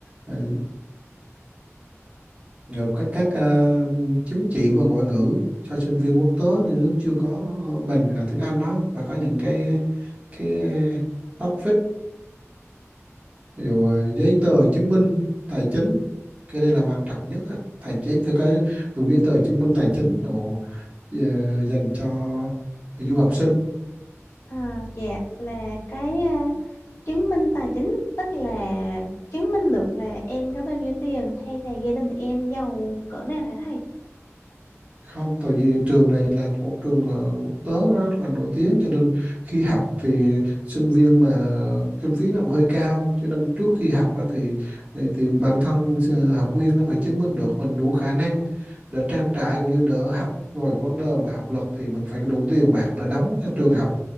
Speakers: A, on the right (about 30°); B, on the left (about 80°).
A: ờ, Rồi các các ờ, chứng chỉ và ngoại ngữ cho sinh viên quốc tế thì nếu chưa có bằng ờ, tiếng Anh đó và có những cái cái ờ, topic điều ờ, giấy tờ chứng minh tài chính cái đây là quan trọng nhất á. tài chính phải có đủ giấy tờ chứng minh tài chính đồ ờ, dành cho du học sinh
B: À, dạ là cái ờ, chứng minh tài chính tức là chứng minh được là em có bao nhiêu tiền hay là gia đình em giàu cỡ nào hả thầy?
A: Không, tại vì trường này là một trường ờ, quốc tế nó rất là nổi tiếng cho nên khi học thì sinh viên mà kinh phí nó cũng hơi cao cho nên trước khi học á thì thì, thì bản thân ờ, học viên nó phải chứng minh được mình đủ khả năng để trang trải cũng như đỡ học rồi vấn đề mà học lực thì mình phải đủ tiền bạc để đóng cho trường học